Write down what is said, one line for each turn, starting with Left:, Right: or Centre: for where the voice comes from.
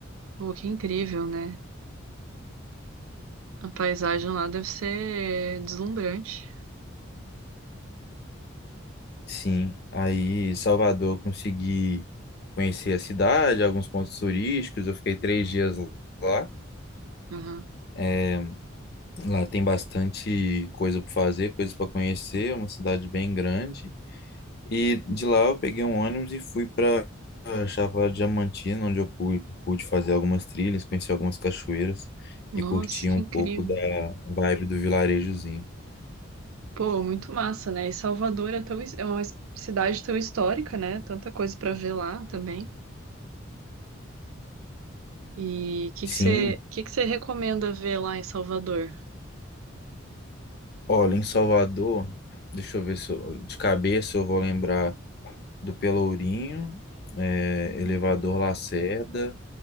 Right: Pô, que incrível, né? A paisagem lá deve ser deslumbrante.
Left: Sim, aí em Salvador eu consegui conhecer a cidade, alguns pontos turísticos. Eu fiquei três dias lá.
Right: Uhum.
Left: É, lá tem bastante coisa para fazer, coisas para conhecer. É uma cidade bem grande. E de lá eu peguei um ônibus e fui para Chapada Diamantina, onde eu pude, pude fazer algumas trilhas, conhecer algumas cachoeiras
Right: Nossa,
Left: e curtir
Right: que
Left: um
Right: incrível.
Left: pouco da vibe do vilarejozinho.
Right: Pô, muito massa, né? E Salvador é tão, é uma cidade tão histórica, né? Tanta coisa pra ver lá também. E o que
Left: Sim,
Right: que você, que que você recomenda ver lá em Salvador?
Left: olha, em Salvador, deixa eu ver se eu- de cabeça eu vou lembrar. do Pelourinho, é, Elevador
Right: Uhum.
Left: Lacerda,